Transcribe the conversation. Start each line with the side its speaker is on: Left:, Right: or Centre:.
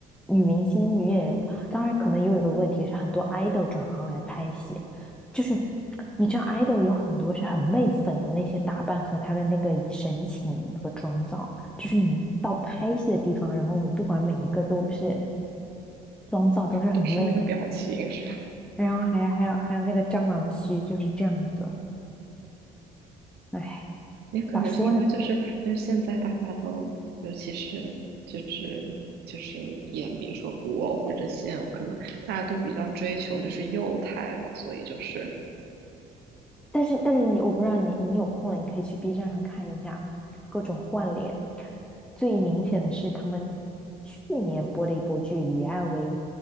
Centre: 女明星、女演员，当然可能也有一个问题是，很多 idol 转行来拍戏，就是你知道 idol 有很多是很媚粉的那些打扮和她的那个神情和妆造，就是你到拍戏的地方，然后你不管每一个都是妆造都是很媚。
Right: 都是那个表情，是吧？
Centre: 然后还有还有还有那个蟑螂须就是这样子，哎，
Right: 也可能是因为就是就是现在大家都，
Centre: 咋说呢？
Right: 尤其是就是就是演比如说古偶或者现偶，可能大家都比较追求就是幼态吧，所以就是，
Centre: 但是但是你我不知道你你有空了，你可以去 B 站上看一下各种换脸。最明显的是他们去年播的一部剧《以爱为营》，